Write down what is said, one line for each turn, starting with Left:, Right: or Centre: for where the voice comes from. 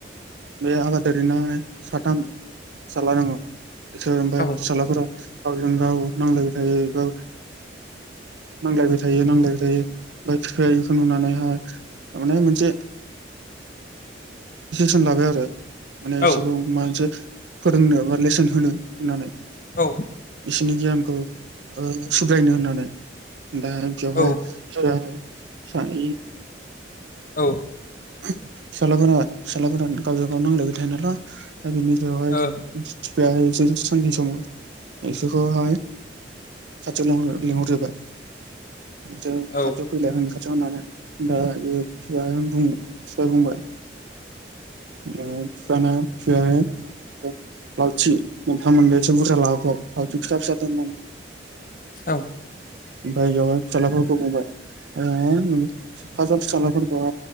Right: बे आबादारिनो साथाम फिसाज्ला दङो ओफ्राय
Left: औ
Right: फिसााज्लाफोरा गावजों गाव नांलायबाय थायोबा नांलायबाय थायो नांलायबाय थायो ओमफ्राय बिफायाखौ नुनानैहाय थारमाने मोनसे लाबाय आरो माने बिसोरखौ
Left: औ
Right: मा मोनसे फोरोंनो बा लेसन होनो होननानै
Left: औ
Right: बिसोरनि गियानखौ सुग्रायनो होननानै दा जहाय
Left: औ औ
Right: फिसालाफोरा फिसालाफोरा गावजों गाव नांलायबाय थायो नालाय दा बिनि सायावहाय
Left: औ
Right: <unintelligible> <inaudible> बिसोरखौहाय खाथियाय लिहरजोबाय न
Left: औ
Right: खाथियाव फैलाय खाथियाव होननानै दा <unintelligible> बुं फिसाया बुंबाय <unintelligible> <inaudible> लावथि मोनथाम मोननै एसे बुरजा लाबोबाय लावथि फिसा फिसा दोननानै
Left: औ
Right: ओमफ्राय बेयावहाय फिसालाफोरखौ बुंबाय ओ फासाव फिसालाफोरखौ